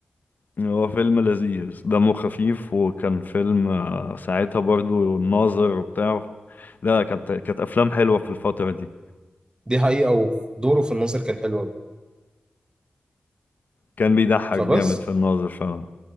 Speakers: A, on the left; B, on the right.
A: هو فيلم لذيذ دمه خفيف وكان فيلم آه، ساعتها برضو الناظر وبتاع لا كانت كانت افلام حلوه في الفتره دي
B: دي حقيقه ودوره في الناظر كان حلو قوي
A: كان بيضحك
B: فبس
A: جامد في الناظر فعلا